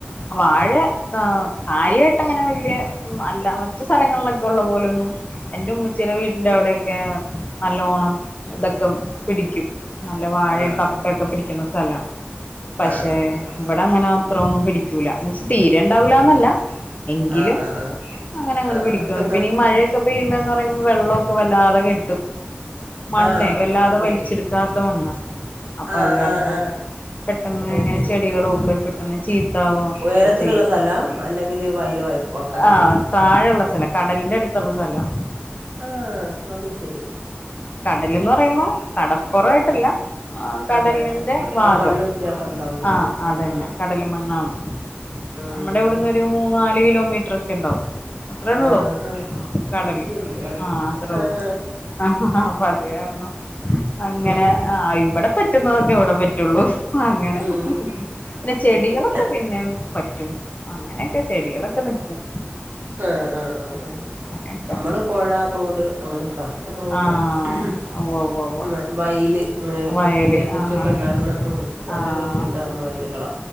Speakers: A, on the left; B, on the right.
A: വാഴ കാ കാര്യാ ട്ടങ്ങനെ വലിയ മ് അല്ല മറ്റ് സ്ഥലങ്ങളിലൊക്കെ ഒള്ള പോലൊന്നും എന്റെ ഉമ്മച്ചീടെ വീടിന്റെ അവിടെയൊക്കെ നല്ലോണം ഇതൊക്കെ പിടിക്കും. നല്ല വാഴെ
B: ആഹ്
A: കപ്പെക്കെ പിടിക്ക്ന്ന സ്ഥല. പക്ഷേ
B: ആഹ് ആഹ്
A: ഇവിടെ അങ്ങനെ അത്രോന്നും പിടി ക്കൂല എന്ന് വെച്ച തീരെ ഇണ്ടാവൂലന്നല്ല എങ്കിലും
B: ആഹ് ആഹ് ആഹ്
A: അങ്ങനെ അങ്ങട്
B: ആഹ്
A: പിടിക്കും
B: ആഹ്
A: പിന്നെ ഈ മഴയൊക്കെ പെയ്യുമ്പ എന്ന് പറയുമ്പോ വെള്ളോക്കെ വല്ലാതെ കെട്ടും. മണ്ണേ
B: ആഹ് ആഹ്
A: വല്ലാതെ
B: അത് ശരി
A: വലിച്ചെടുക്കാത്ത മണ്ണാ. അപ്പ
B: ആഹ്
A: അത് കാരണം
B: ആഹ് ആഹ്
A: പെട്ടെന്ന്
B: അത്
A: ഇങ്ങനെ
B: ശരി
A: ചെടികളൊക്കെ പെട്ടെന്ന് ചീ ത്ത ആവും
B: ഉയരത്തിലുള്ള
A: ഒക്കെ ചെയ്യും,
B: സ്ഥലാ അല്ലെങ്കിൽ വയല് വക്കങ്ങനെ
A: ആഹ് താഴെള്ള സ്ഥലം കടലിന്റെ അട് ത്തുള്ള സ്ഥലാ.
B: ആഹ് അത് ശെരി.
A: കടലിന്ന് പറയുമ്പോ കടപ്പുറായിട്ടില്ല. ആ കടലിന്റെ
B: അതെ അതെ ആ
A: ഭാഗം
B: ആ മണ്ണ് വ്യത്യാസം ഉണ്ടാവൂല്ലേ
A: ആഹ് അതന്നെ
B: ആഹ്
A: കടല് മണ്ണാണ്.
B: ഉം
A: നമ്മുടെ ഇവിടുന്ന് ഒരു മൂന്നാല് കിലോമീറ്റർ ഒക്കെ ഇണ്ടാവും. അത്രേ
B: ആഹ്
A: ഉള്ളൂ
B: ആഹ്
A: കടലിന്റെ
B: അത് ശരി
A: അവിടെ ആഹ് അത്രേ
B: ആഹ്
A: ഉള്ളൂ. ആഹ് ഹ ഹാ അപ്പ അത് കാരണം അങ്ങനെ
B: ഉം
A: ആ ഇവിടെ പറ്റുന്നതൊക്കെ ഇവിടെ പറ്റുള്ളൂ. അങ്ങനെ
B: ഉം
A: പിന്നെ
B: അത്
A: ചെടികളൊ
B: ശരി
A: <unintelligible> പറ്റും അങ്ങനെയൊക്കെ ചെടികളൊക്കെ നിക്കും.
B: ആഹ് ആഹ് ആഹ് ആഹ്
A: അങ്ങനെയൊക്കെ
B: നമ്മള് പൊഴ, തോട് അങ്ങനെയൊക്ക നമ്മള് കൊണ്ടടുത്ത്
A: ആഹ്
B: <unintelligible>
A: ഉവ്വ ഉവ്വ ഉവ്വ
B: വയി ല് ഇങ്ങനെ
A: വയല്
B: അങ്ങനെ കൃഷിയൊക്കെ
A: ആഹ് ആഹ്
B: ഇണ്ടാകുന്ന മ് നല്ല
A: ആഹ്
B: കൃഷി ഇണ്ടാകുന്ന വയലുകളാ.